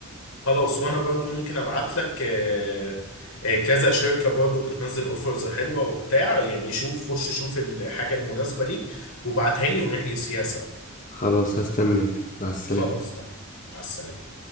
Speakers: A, on the left; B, on the left.
A: خلاص وانا برضو ممكن ابعت لك آه، آه، كذا شركة برضو بتنزل اوفرز حلوة وبتاع يعني شوف خش شوف الحاجة المناسبة ليك وابعتها لي ونحجز فيها سوا
B: خلاص هستناك مع السلامة
A: خلاص تمام مع السلامة